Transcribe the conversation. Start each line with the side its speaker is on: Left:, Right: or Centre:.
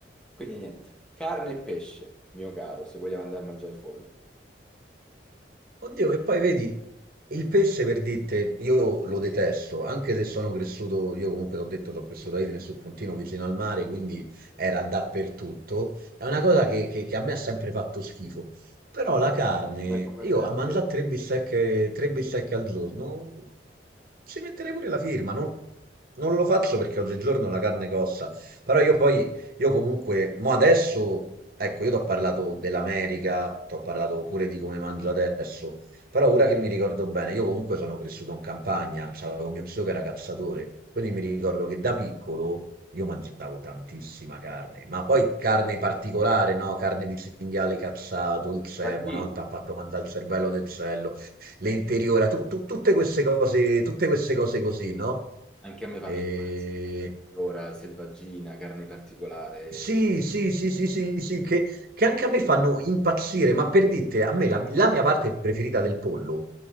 Centre: Quindi niente, carne e pesce, mio caro, se vogliamo andare a mangiare fuori.
Right: Oddio, che poi vedi, il pesce per dirte, io lo detesto, anche se sono cresciuto, io comunque l'ho detto, sono cresciuto a Idem sul puntino vicino al mare, quindi era dappertutto. È una cosa che, che- che a me ha sempre fatto schifo. Però la carne,
Centre: Come, come
Right: io
Centre: Te la
Right: a mangiare
Centre: spiego.
Right: tre bistecche, tre bistecche al giorno, ci metterei pure la firma, no? Non lo faccio perché oggigiorno la carne costa, però io poi io comunque, mo adesso, ecco, io ti ho parlato dell'America, ti ho parlato pure di come mangio adesso, però ora che mi ricordo bene, io comunque sono cresciuto in campagna, c'avevo mio zio che era cazzatore, quindi mi ricordo che da piccolo io mangiavo tantissima carne, ma poi carne particolare, no? Carne di cinghiale cazzato, il cervo,
Centre: vagina.
Right: una volta ha fatto mangiare il cervello del cello, le interiora, tu- tu- tutte queste cose, tutte queste cose così, no?
Centre: Anche a me fanno
Right: E
Centre: i pazzi. Allora, selvaggina, carne particolare,
Right: sì, sì, sì, sì, sì, sì, che, che anche a me fanno impazzire, ma per dite, a me la, la mia parte preferita del pollo